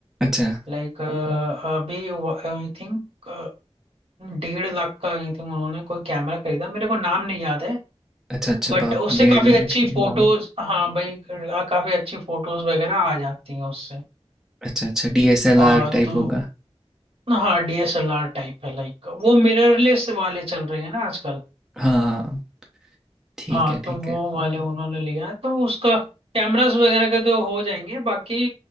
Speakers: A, in the centre; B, on the right.
A: अच्छा
B: लाइक अच्छा अभी आई थिंक डेढ़ लाख का आई थिंक उन्होंने कोई कैमरा खरीदा मेरे को नाम नहीं याद है
A: अच्छा अच्छा
B: बट
A: बाप
B: उससे
A: डेढ़
B: काफी
A: लाख
B: अच्छी
A: है
B: फोटोज
A: वाह
B: हाँ भाई आ, काफी अच्छी फोटोज वगैरह आ जाती हैं उससे
A: अच्छा अच्छा डीएसएलआर
B: और
A: टाइप
B: तो
A: होगा
B: हाँ डीएसएलआर टाइप है लाइक वो मिररलेस वाले चल रहे हैं ना आजकल
A: हाँ ठीक
B: हाँ
A: है ठीक
B: तो वो
A: है
B: वाले उन्होंने लिया तो उसका कैमरास वगैरह के तो हो जाएंगे बाकी